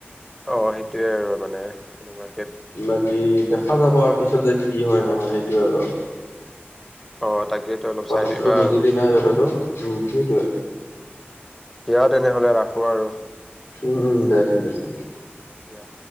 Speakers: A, in the centre; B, on the left.
A: অ' সেইটোৱে আৰু মানে এনেকুৱা
B: বাকী দেখা যাব আৰু পিছত যে কি হয় নহয় সেইটোয়ে আৰু।
A: অ' তাকেইতো। অলপ
B: কথাটোতো
A: চাই দিবা
B: বুজিলি
A: আৰু
B: নাই কথাটো। উম, সেইটোৱে।
A: দিয়া তেনেহ'লে ৰাখো আৰু।
B: উম, উম, দে ঠিক আছে।
A: দিয়া।